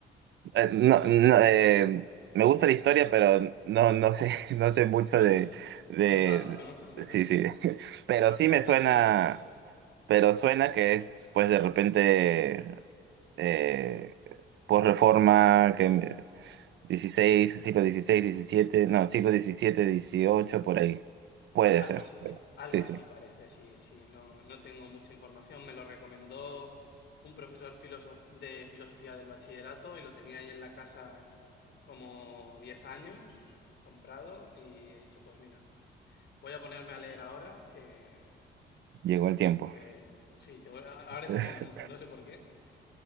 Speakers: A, on the right; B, on the left.
A: Eh, no, no, eh, me gusta la historia, pero no, no sé, <laughs> no sé mucho
B: No,
A: de,
B: n-
A: de,
B: no tanto, ¿no? <laughs>
A: sí, sí. <laughs> Pero
B: Claro,
A: sí me
B: hay tantos
A: suena,
B: datos.
A: pero suena que es, pues de repente, eh, posreforma, que 16 siglo 16 17 no, siglo 17 18 por ahí. Puede
B: Algo
A: ser.
B: así, algo
A: Sí,
B: así
A: sí.
B: parece, sí, sí. No, no tengo mucha información. Me lo recomendó un profesor filosof- de filosofía del bachillerato y lo tenía ahí en la casa como 10 años comprado y he dicho, pues mira, voy a ponerme a leer ahora que,
A: Llegó el tiempo.
B: que sí, llegó- a- ahora es
A: <laughs>
B: el momento, no sé por qué.